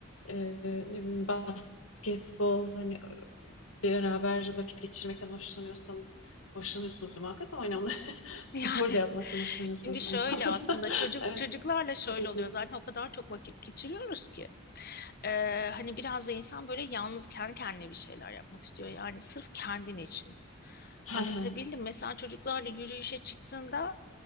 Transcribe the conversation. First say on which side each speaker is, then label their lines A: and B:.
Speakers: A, on the left (about 75°); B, on the left (about 45°).
A: e, ne bileyim basketbol hani beraber vakit geçirmekten hoşlanıyorsanız hoşlanıyorsunuzdur muhakkak ama hani onu <laughs> spor
B: Yani <laughs>
A: da yapmaktan hoşlanıyorsanız
B: şimdi şöyle
A: anlamında
B: aslında
A: <laughs>
B: çocuk
A: evet,
B: çocuklarla şöyle
A: şey de yapılabilir.
B: oluyor zaten o kadar çok vakit geçiriyoruz ki Ee, hani biraz da insan böyle yalnız kendi kendine bir şeyler yapmak istiyor yani sırf kendin için.
A: <laughs>
B: Anlatabildim. Mesela çocuklarla yürüyüşe çıktığında